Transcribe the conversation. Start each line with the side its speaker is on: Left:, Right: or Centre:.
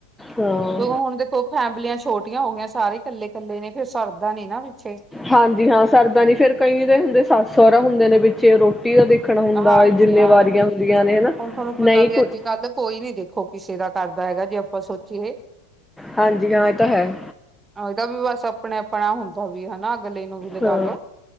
Centre: ਹਾਂ
Right: ਦੇੋ ਹੁਣ ਦੇਖੋ ਫੈਮਲੀਆਂ ਛੋਟੀਆਂ ਹੋ ਗਈਆਂ ਸਾਰੇ ਇਕੱਲੇ ਕੱਲੇ ਨੇ। ਫਿਰ ਸਰਦਾ ਨੀ ਨਾ ਪਿੱਛੇ
Centre: ਹਾਂਜੀ ਹਾਂ ਸਰਦਾ ਨੀ ਫੇਰ ਕਈ ਦੇ ਹੁੰਦੇ ਸੱਸ ਸਹੁਰਾ ਰਾ ਹੁੰਦੇ ਨੇ ਵਿੱਚ ਰੋਟੀ। ਦਾ ਦੇਖਣਾ ਹੁੰਦਾ
Right: ਹਾਂਜੀ
Centre: ਜਿੰਮੇਵਾਰੀਆਂ
Right: ਹਾਂਜੀ
Centre: ਹੁੰਦੀਆਂ ਨੇ ਹਨਾ
Right: ਹੁਣ ਤੁਹਾਨੂੰ ਪਤਾ
Centre: ਨਹੀਂ
Right: ਵੀ
Centre: ਕੁ
Right: ਅੱਜ ਕੱਲ ਕੋਈ ਨੀ ਦੇਖੋ ਕਿਸੇ ਦਾ ਕਰਦਾ। ਹੈਗਾ ਜੇ ਆਪਾਂ ਸੋਚੀਏ।
Centre: ਹਾਂਜੀ ਹਾਂ ਇਹ ਤਾਂ ਹੈ।
Right: ਇਹਦਾ ਵੀ ਬਸ ਆਪਣੇ ਆਪਣਾ ਹੁੰਦਾ ਵੀ ਹਨਾ। ਗਲੇ ਨੂੰ ਵੀ ਲਗਾ
Centre: ਹਾਂ
Right: ਲੋ